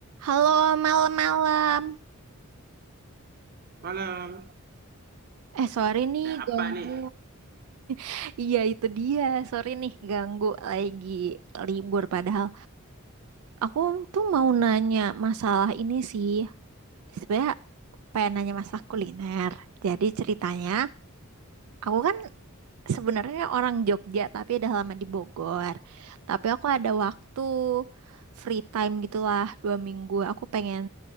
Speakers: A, on the right; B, on the right.
A: Halo, malam-malam.
B: Malam.
A: Eh, sorry nih,
B: Ada apa
A: ganggu.
B: nih?
A: <laughs> Iya, itu dia. Sorry nih, ganggu lagi libur. Padahal aku tuh mau nanya masalah ini sih. Sebenernya pengen nanya masalah kuliner. Jadi ceritanya, aku kan sebenarnya orang Jogja, tapi udah lama di Bogor. Tapi aku ada waktu free time gitulah dua minggu. Aku pengen